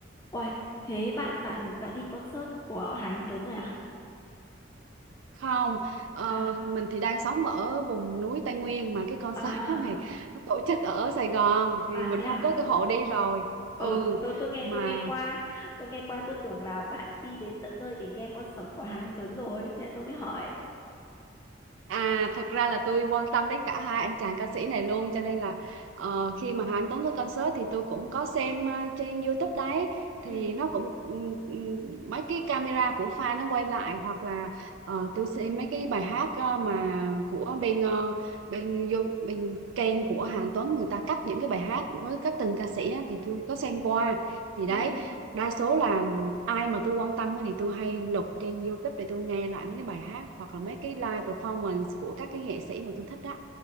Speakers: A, on the left; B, on the right.
A: Ôi, thế bạn bạn bạn đi concert của Hà Anh Tuấn rồi à?
B: không ờ,
A: À
B: mình thì đang sống ở vùng núi Tây Nguyên mà cái concert
A: à
B: <laughs> đó này nó tổ chức ở Sài Gòn thì
A: à
B: mình
A: thế à?
B: không có cơ hội đi rồi
A: Ờ
B: ừ
A: tôi tôi nghe
B: mà
A: tôi nghe qua, tôi nghe qua tôi tưởng là bạn đi đến tận nơi để nghe concert của Hà Anh Tuấn rồi, thế tôi mới hỏi.
B: À thật ra là tôi quan tâm đến cả hai anh chàng ca sĩ này luôn cho nên là ờ, khi mà Hà Anh Tuấn có concert thì tôi cũng có xem ờ, trên YouTube đấy thì
A: Ừ
B: nó cũng ừm, ừm, mấy cái camera của fan nó quay lại hoặc là ờ, tôi xem mấy cái bài hát ờ, mà của bên ờ, bên vô- bên kênh của Hà Anh Tuấn người ta cắt những cái bài hát với các từng ca sĩ á, thì tôi có xem qua thì
A: ừ.
B: đấy đa số là ai mà tôi quan tâm á thì tôi hay lục trên YouTube để tôi nghe lại mấy cái bài hát hoặc là mấy cái live performance của các cái nghệ sĩ mà tôi thích đó